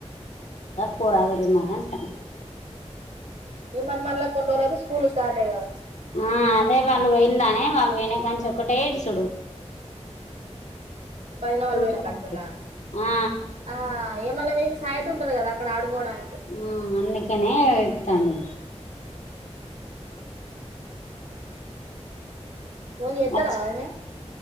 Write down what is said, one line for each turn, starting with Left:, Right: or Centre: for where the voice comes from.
Left: పోరాదురీ మరీ అంటాండు
Right: ఇ మ మల్లా కొన్ని రోజులు అయితే స్కూల్ స్కూల్ స్టార్టయాయి కదా
Left: ఆ అదే వాళ్ళు పోయిలానే వాళ్ళు పోయినా కాంచి ఒక్కటే ఏడుసుడు
Right: వదినవాళ్లు
Left: సూటి
Right: పోయిన కాంచల
Left: ఆ
Right: ఆ ఇగ మల సాయిత ఉంటారు కదా అక్కడ ఆడుకోవాటానికి
Left: ఉ అందుకనే ఎడ్తండు
Right: ఫోన్ చేత్తద
Left: అచ్
Right: వదినే